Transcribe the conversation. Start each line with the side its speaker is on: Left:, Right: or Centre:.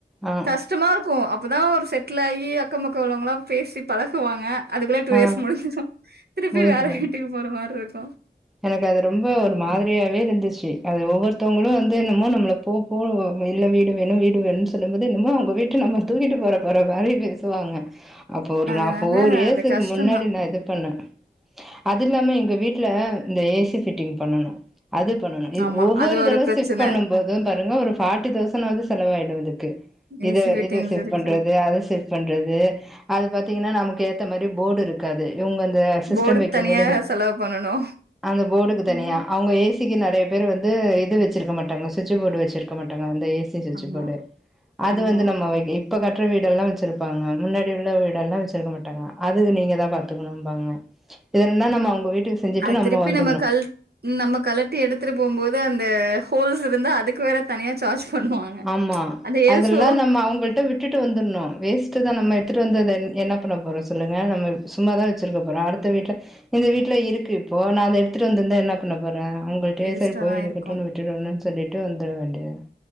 Centre: ஆ
Right: கஷ்டமா இருக்கு அப் அப்போ தா ஒரு செட்டில் ஆகி அக்க பக்க உள்ளவங்களலா பேசி பழகுவாங்க அதுக்குள்ளே டூ
Centre: ஆ
Right: இயர்ஸ் முடிஞ்சுரு திருப்பி
Centre: முடிஞ்சிடு
Right: வேற வீட்டுக்கு போற மாரி இருக் ப்போ
Centre: எனக்கு அது ரொம்ப ஒரு மாதிரியாவே இருந்துச்சு அது ஒவ்வொருத்தவங்களு வந்து என்னமோ நம்ம போ இல்ல வீடு வேணு வீடு வேணு சொல்லும் போது என்மோ அவுங்க வீட்ட நம்ம தூக்கிட்டு போற போற மாரி பேசுவாங்க அப்போ ஒரு
Right: அதனால
Centre: நா ஒரு ஃபோர் இயர்ஸ்சுக்கு
Right: அது கஷ்டந்தா
Centre: முன்னாடி நா இது பண்ணே அது இல்லாம எங்க வீட்டு்ல இந்த ஏ சி ஃபிட்டிங் பண்ணனு அது பண்ணணு இது
Right: ஆமா
Centre: ஒவ்வொரு
Right: அது ஒரு
Centre: தடவ
Right: பிரச்சன
Centre: சிஃப்ட் பண்ணும் போது பாருங்க ஒரு ஃபார்ட்டி தௌசண்ட் ஆவது செலவாயிடு இதுக்கு இத
Right: ஈஸி ஃபிட்டிங்ஸ்
Centre: இத சிஃப்ட்
Right: இருக்கு.
Centre: பண்றது அத சிஃப்ட் பண்றது அது பாத்தீங்கன்னா நமக்கு ஏத்த மாரி போடு இருக்காது இவங்க அந்த சிஸ்டம்
Right: போர்டு
Centre: வைக்கும்போது
Right: தனியா
Centre: அந்த
Right: செலவு பண்ணனு
Centre: அந்த போடுக்கு தனியா
Right: ம்
Centre: அவுங்க ஏ சி ஜ்ஜுக்கு நறைய பேர் வந்து இது வச்சிருக்க மாட்டாங்க சுவிட்சு போர்டு வச்சிருக்க மாட்டாங்க வந்து ஏ சி சுச்சு
Right: ஆமா
Centre: போடு அது
Right: ஆமா
Centre: வந்து நம்ம இப்ப கட்ற வீடெல்லா வச்சிருப்பாங்க முன்னாடி உள்ள வீடெல்லா வச்சிருக்க மாட்டாங்க அதுக் நீங்க தா பாத்துக்கணும்பாங்க <unintelligible> அவங்க வீட்டுக்கு செஞ்சுட்டு
Right: அது திருப்பி
Centre: வந்துர்ணு
Right: நம்ம கல் நம்ம கலட்டி எடுத்துட்டு போம்போது அந்த ஹோல்ஸ் இருந்தா அதுக்கு வேற தனியா சார்ஜ் பண்ணுவாங்க
Centre: ஆமா
Right: அந்த எல்சோ
Centre: அதெல்லா நம்ம அவுங்கள்ட்ட விட்டுட்டு வந்துட்ணு வேஸ் அடுத்துதா நம்ம எடுத்துட்டு வந்து அதது என்ன பண்ண போறோ சொல்லுங்க நம்ம சும்மா தா வச்சுிருக்க போறோ அடுத்த வீட்ல இந்த வீட்ல இருக்கு இப்போ நா அத எடுத்துட்டு வந்துந்தா என்ன பண்ண போறே ர அவ்ங்கள்கிட்டயே
Right: வேஸ்ட்டா
Centre: சரி போய்
Right: தா
Centre: இருக்கட்டும்னு
Right: இருக்கு
Centre: விட்டுனு சொல்லி ட்டு வந்துர வேண்டியதா